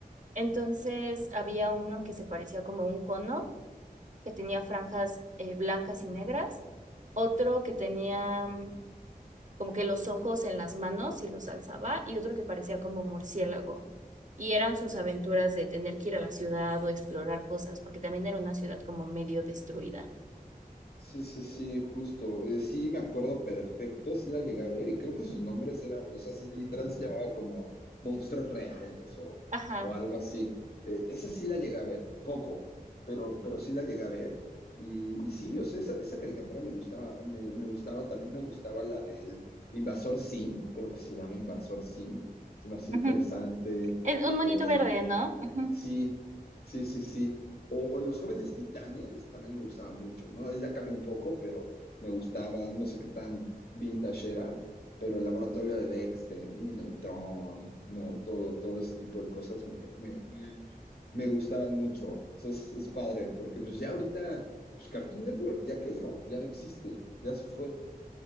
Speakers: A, on the right; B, on the left.
A: Entonces había uno que se parecía como a un cono, que tenía franjas eh, blancas y negras, otro que tenía mm, como que los ojos en las manos y los alzaba, y otro que parecía como murciélago. Y eran sus aventuras de tener que ir a la ciudad o explorar cosas, porque también era una ciudad como medio destruida.
B: Sí, sí, sí, justo. Eh, sí, me acuerdo perfecto, sí la llegué a ver y creo que sus nombres era, o sea, sí, literal se llamaba como monstruos reales o,
A: Ajá.
B: o algo así. Eh, esa sí la llegué a ver, poco, pero, pero sí la llegué a ver. Y, y sí, o sea, esa, esa caricatura me gustaba, me, me gustaba, también me gustaba la del Invasor Sim, creo que se llama Invasor Sim, se me hace
A: Ujú.
B: interesante.
A: Es un monito
B: Eh,
A: verde, ¿no? Ujú.
B: Sí, sí, sí, sí. O, o Los Jóvenes Titanes también me gustaba mucho, ¿no? Ahí Ya cambia un poco, pero me gustaba, no sé qué tan vintage era, pero el laboratorio de Dexter, Jimmy Neutron, ¿no? Todo, todo ese tipo de cosas me, me, me- me gustaban mucho. O sea, es, es padre, porque pues ya ahorita, pues Cartoon Network ya quebró, ya no existe, ya se fue.